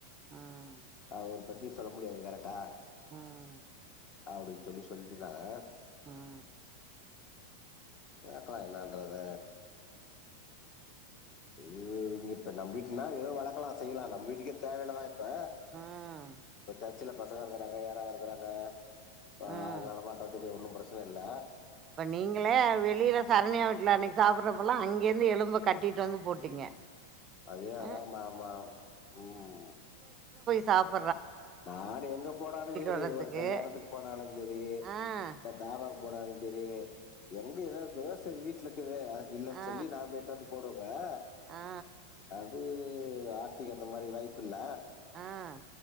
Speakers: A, on the right; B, on the left.
A: ம் ம்
B: அவரு ஒருத்தர் து சொல்ல முடியாது கரெட்டா
A: உம்
B: அப்டினு சொல்லி சொல்லிட்ருந்தாங்க
A: உம்
B: வளக்லா எல்லான்றத இது இங்க இப்ப நம் வீட்னா ஏதோ வளக்கலா செய்யலா நம் வீட்டுகே தேவயில்லதா இப்ப
A: ம்
B: வச்சா சில பசங்க இருகறாங்க யாராது இருகறாங்க இப்ப
A: ம்
B: ஆள் நடமாட்ட இக்குது ஒன்னும் ப்ரச்சன இல்ல
A: இப்ப நீங்களே அ வெளில சரணியா வீட்ல அன்னைக்கு சாப்டுறப்பல்லா அங்யேருந்து எலும்ப கட்டிட்டு வந்து போட்டீங்க
B: அது
A: அ
B: ஆமா ஆமா உம்
A: சாப்
B: நானு எங்க போனாலு செரி
A: வர்றதுக்கு
B: ஒரு கல்யாணதுக்கு போனாலு செரி
A: ஆ
B: <unintelligible> போனாலு செரி எங்க ஏதாது தோச வீட்ல இக்கது து அதுக்கு இல்லன்
A: ஆ
B: சொல்லி நா போய்ட்டு வந்துட் போடோ இப்ப அது
A: ஆ
B: அது ஆர்த்திக்கி அந்த மாரி வாய்ப்பு இல்ல.
A: ஆஹ்